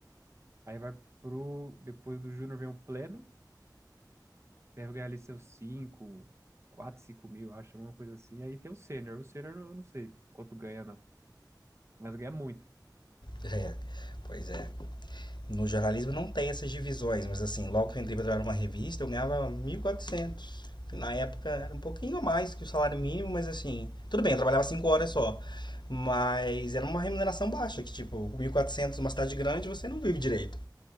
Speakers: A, on the right; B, on the left.
A: Aí vai pro... Depois do júnior vem o pleno. Deve ganhar ali seus 5, 4, cinco mil, acho, alguma coisa assim. Aí tem o sênior. O sênior eu não sei quanto ganha, não. Mas ganha muito.
B: É. Pois é. No jornalismo não tem essas divisões, mas assim, logo que eu entrei para trabalhar numa revista, eu ganhava 1.400. quatrocentos Na época era um pouquinho a mais que o salário mínimo, mas assim, tudo bem, eu trabalhava 5 horas só. Mas era uma remuneração baixa, que tipo, 1.400 numa cidade grande, você não vive direito.